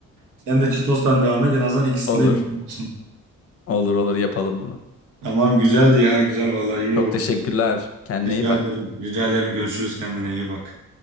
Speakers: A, on the right (about 85°); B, on the left (about 50°).
A: Sen de Çitos'tan devam et en azından ikisinde
B: Olur.
A: gönlün olsun.
B: Olur olur yapalım bunu.
A: Tamam güzeldi ya güzel vallahi iyi
B: Çok
A: oldu.
B: teşekkürler. Kendine
A: Rica
B: iyi bak.
A: ederim. Rica ederim görüşürüz kendine iyi bak.